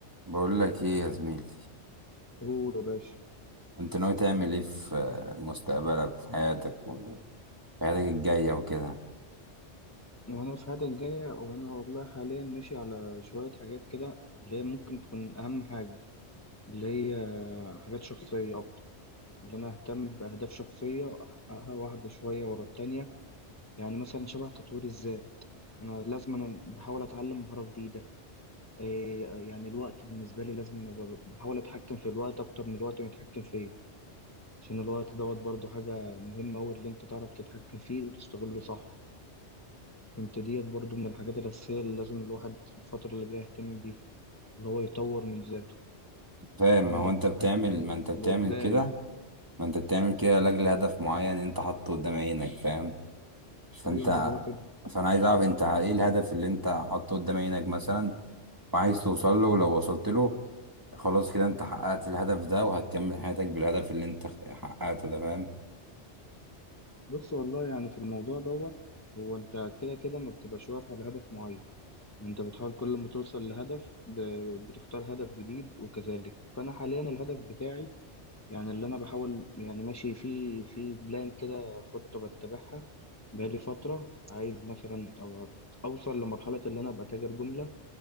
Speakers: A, on the right; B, on the left.
A: بقول لك ايه يا زميلي
B: قول يا باشا
A: انت ناوي تعمل ايه في مستقبلك وفي حياتك وفي حياتك الجاية وكده
B: وانا في حياتي الجاية وانا والله حاليا ماشي على شوية حاجات كده اللي هي ممكن تكون اهم حاجة اللي هي حاجات شخصية اكتر اللي انا اهتم باهداف شخصية احققها واحدة شوية ورا التانية يعني مثلا شبه تطوير الذات انا لازم انا بحاول اتعلم مهارة جديدة إيه يعني الوقت بالنسبة لي لازم انا ب- بحاول اتحكم في الوقت اكتر من الوقت متحكم فيه عشان الوقت دوت برضو حاجة مهمة أوي اللي أنت تعرف تتحكم فيه وتستغله صح انت ديت برضو من الحاجات الأساسية اللي لازم الواحد الفترة اللي جاية يهتم بيها اللي هو يطور من ذاته
A: فاهم
B: يبقى
A: ما
B: عندك
A: هو انت بتعمل
B: حاج...
A: ما انت بتعمل
B: لقدام
A: كده ما انت بتعمل كده لاجل هدف معين انت حاطه قدام عينك فاهم فانت
B: أيوة ده كده كده
A: فانا عايز اعرف انت ايه الهدف اللي انت حاطه قدام عينك مثلا وعايز توصل له ولو وصلت له خلاص كده انت حققت الهدف ده وهتكمل حياتك بالهدف اللي انت حققته ده فاهم
B: بص والله يعني في الموضوع دوت هو أنت كده كده ما بتبقاش واقف على هدف معين أنت بتحاول كل ما توصل لهدف ب... بتختار هدف جديد وكذلك فأنا حاليا الهدف بتاعي يعني اللي أنا بحاول يعني ماشي في في بلان كده خطة بتبعها بقالي فترة عايز مثلا أو أوصل لمرحلة اللي أنا أبقى تاجر جملة